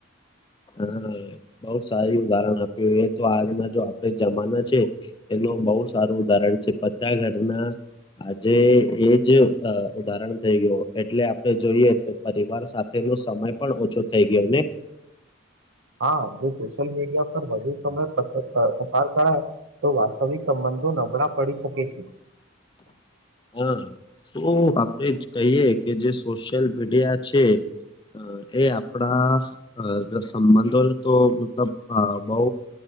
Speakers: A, on the left; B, on the right.
A: હા બઉુ સારી ઉદાહરણ આપ્યું એ તો હાલના જો આપડણે જમાના છે એનું બહુ સારું ઉદાહરણ છે બતા ઘરના આજે એજ ઉદાહરણ થઈ ગયું એટલે આપણે જોઈએ તો પરિવાર સાથે ન સમય પણ ઓછો થઈ ગયો ને
B: હા જો સોશિયલ મીડિયા પર વધુ સમય પ પસાર કરાય તો વાસ્તવિક સંબંધો નબળા પડી શકે છે
A: હા શ આપડે જ કહીએ કે જે સોશિયલ મીડિયા છે અ એ આપણા સંબંધોને તો મતલબ બહુ